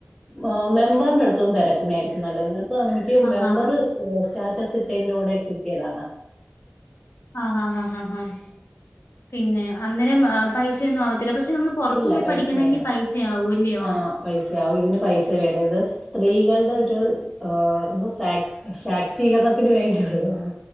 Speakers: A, in the centre; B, on the left.
A: ഓം മെമ്പറിന്റെ അടുത്തൊന്നും തിരക്കുന്ന ആയിരിക്കും നല്ലത് ഇപ്പ എനിക്ക്
B: ആ
A: മെമ്പർ
B: ആ
A: സ്റ്റാറ്റസ് ഇട്ടേന്റെ കൂടെ കിട്ടിയതാണ്
B: ആഹ് ആഹ് ആഹ് ആഹ് പിന്നെ അന്നേരം പൈസയൊന്നും ആവത്തില്ല പക്ഷെ നമ്മൾ പുറത്തു
A: ഇല്ല
B: പോയി
A: പൈസ
B: പഠിക്കണമെങ്കിൽ
A: വേണ്ട
B: പൈസയാവൂല്ലയോ
A: ആഹ് പൈസയാവും ഇതിന് പൈസ വേണം ഇത് സ്ത്രീകളുടെ ഒരു <unintelligible> സ്തീകരണത്തിന് വേണ്ടിയുള്ളതയാണ്